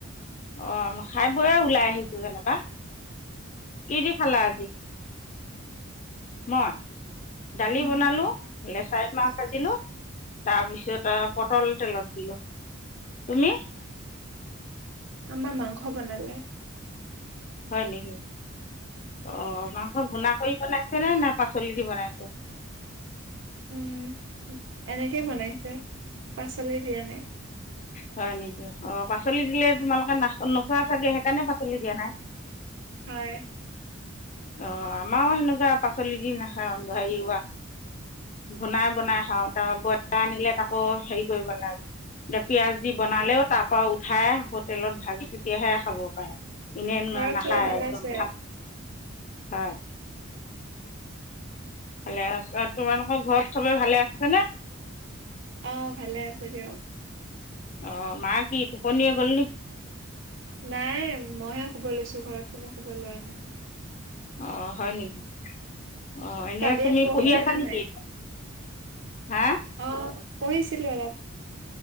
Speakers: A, on the left; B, on the right.
A: আহ খাই বৈ ওলাই আহিছোঁ যেনিবা। কি দি খালা আজি? মই? দালি
B: উম,
A: বনালো। লেচাৰি মাহ কাটিলো তাৰপিছত আৰু পটল তেলত দিলো। তুমি?
B: আমাৰ মাংস বনালে।
A: হয় নেকি? অ' মাংস ঘুণা কৰি বনাই নে নে পাচলি দি বনাইছে?
B: উম এনেকেই বনাইছে, পাচলি দিয়া নাই।
A: হয় নেকি, অ' পাচলি দিলে তোমালোকে নাখ নোখোৱা চাগে সেইকাৰণে পাচলি দিয়া নাই।
B: হয়।
A: অ' আমাৰো সেনেকুৱা পাচলি দি নাখায় হেৰি ৰোৱা বনাই বনাই খাওঁ, তাৰ বইলাৰ আনিলে তাকো হেৰি কৰিব লাগে এ পিয়াজ দি বনালেও তাৰ পৰা উঠাই হোটেলত ভাজি তেতিয়াহে খাব পাৰে। এনে
B: ঘৰত
A: নাখায়
B: চবে ভালে
A: একদম
B: আছে?
A: ভাত হয়। ভালে আছে আৰু তোমালোকৰ ঘৰত চবে ভালে আছে নে?
B: অ', ভালে আছে দিয়ক।
A: অ', মা কি টোপনীয়ে গ'ল নেকি?
B: নাইয়ে মইহে শুব লৈছো ঘৰত কোনো শুব লোৱা নাই।
A: অ', হয় নেকি? অ' এনেই
B: চাদিয়ে
A: তুমি
B: পঢ়িছেনে
A: পঢ়ি আছা নেকি
B: নাই?
A: এতিয়া? হা
B: অ' পঢ়িছিলো অলপ।